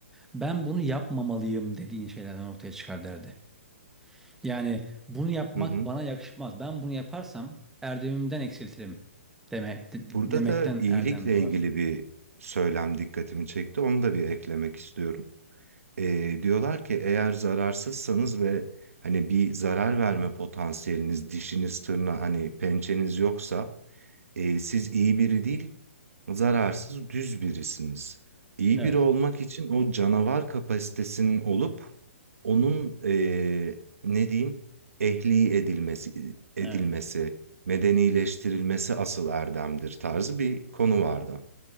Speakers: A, in the centre; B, on the right.
A: Ben bunu yapmamalıyım dediğin şeylerden ortaya çıkar derdi. Yani bunu yapmak
B: Hı hı.
A: bana yakışmaz. Ben bunu yaparsam erdemimden eksiltirim demek de-
B: Burada
A: demekten
B: da iyilikle
A: erdem doğar.
B: ilgili bir söylem dikkatimi çekti. Onu da bir eklemek istiyorum. Ee, diyorlar ki eğer zararsızsanız ve hani bir zarar verme potansiyeliniz, dişiniz, tırna, hani pençeniz yoksa E, siz iyi biri değil, zararsız düz birisiniz. İyi
A: Evet.
B: biri olmak için o canavar kapasitesinin olup onun e, ne diyeyim ehli edilmesi, edilmesi,
A: Evet.
B: medenileştirilmesi asıl erdemdir tarzı bir konu vardı.